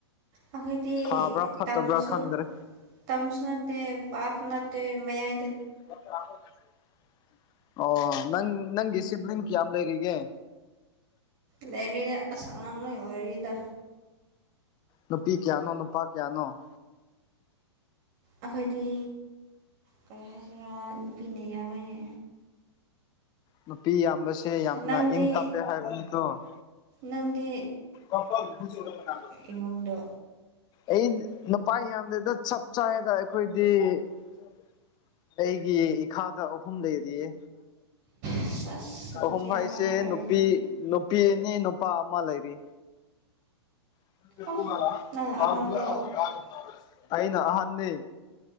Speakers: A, on the right; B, on the left.
A: ꯑꯩꯈꯣꯏꯗꯤ
B: ꯐꯕ꯭ꯔꯥ ꯐꯠꯇꯕ꯭ꯔꯥ
A: ꯇꯝꯁꯨ
B: ꯈꯪꯗ꯭ꯔꯦ
A: ꯇꯝꯁꯨ ꯅꯠꯇꯦ ꯄꯥꯥꯛꯁꯨ ꯅꯠꯇꯦ ꯇ ꯃꯌꯥꯏ
B: <unintelligible> ꯑꯣ ꯅꯪ ꯅꯪꯒꯤ ꯁꯤꯕ꯭ꯂꯤꯡ ꯀꯌꯥꯝ ꯂꯩꯔꯤꯒꯦ
A: ꯂꯩꯔꯤꯗ ꯑꯁ ꯑꯉꯥꯡ ꯂꫭꯏ ꯑꯣꯏꯔꯤꯗ
B: ꯅꯨꯄꯤ ꯀꯌꯥꯅꯣ ꯅꯨꯄꯥ ꯀꯌꯥꯅꯣ
A: ꯑꯩꯈꯣꯏꯗꯤ ꯀꯔꯤ ꯍꯥꯏꯁꯤꯔꯥ ꯅꯨꯄꯤꯅ ꯏꯌꯥꯝꯃꯤꯅꯦ
B: ꯅꯨꯄꯤ ꯌꯥꯝꯕ ꯁꯦ ꯌꯥꯝꯅ
A: ꯅꯪꯗꯤ
B: ꯏꯪ ꯇꯞꯄꯦ ꯍꯥꯏꯕꯅꯤꯀꫭ
A: ꯅꯪꯗꯤ
B: <unintelligible>
A: ꯏꯃꯨꯡꯗ
B: ꯑꯩ ꯅꯨꯄꯥ ꯌꯥꯝꯗꯦꯗ ꯆꯞ ꯆꯥꯗ ꯑꯩꯈꯣꯏꯗꯤ <inaudible> ꯑꯩꯒꯤ ꯏꯈꯥꯗ ꯑꯍꯨꯝ ꯂꯩꯔꯤꯌꯦ
A: <unintelligible> ꯑꯗꯨꯗꯤ
B: ꯑꯍꯨꯝ ꯍꯥꯏꯁꯦ
A: ꯑꯉꯥꯡ ꯑꯣꯏꯔꯝꯃꯤ
B: ꯅꯨꯄꯤ ꯅꯨꯄꯤ ꯑꯅꯤ ꯅꯨꯄꯥ ꯑꯃ ꯂꯩꯔꯤ <unintelligible>
A: ꯑꯣ ꯅꯪ ꯑꯍꯜꯂꯣ
B: ꯑꯩꯅ ꯑꯍꯟꯅꯤ